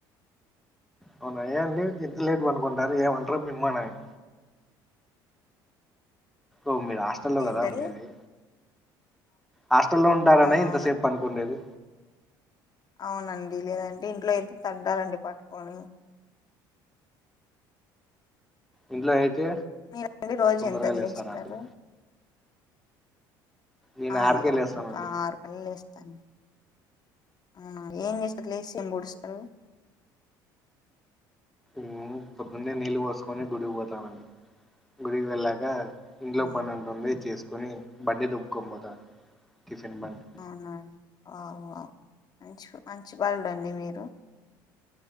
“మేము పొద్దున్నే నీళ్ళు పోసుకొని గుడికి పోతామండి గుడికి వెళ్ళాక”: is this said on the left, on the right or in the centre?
Centre